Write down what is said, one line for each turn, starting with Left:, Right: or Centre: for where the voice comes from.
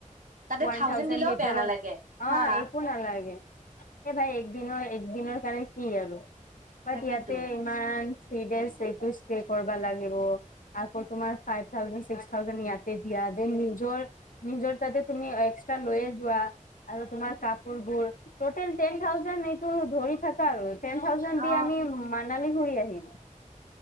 Right: তাতে
Left: ওৱান
Right: থাউজেণ্ড দিলেও
Left: ভিতৰত
Right: বেয়া নালাগে।
Left: অ
Right: হা
Left: একো নালাগে, এই ভাই একদিনৰ একদিনৰ কাৰণে কি আৰু, বাট
Right: তাকেতো
Left: ইয়াতে ইমান ফ্ৰিদেছ ৰেকোছ হে কৰবা পাগব, আকৌ তোমাৰ ফাইভ থাউজেণ্ড চিক্স ছোৱালী জনী ইয়াতে দিয়া দেই নিজৰ নিজৰ তাতে তুমি এক্সট্ৰা লৈয়ে যোৱা আৰু তোমাৰ কাপ বোৰ টুটেল টেন থাউজেন্ড এইটো ধৰি থকা আৰু টেন থাউজেন্ড
Right: অ
Left: দি আমি মানালী ঘুৰি আহিল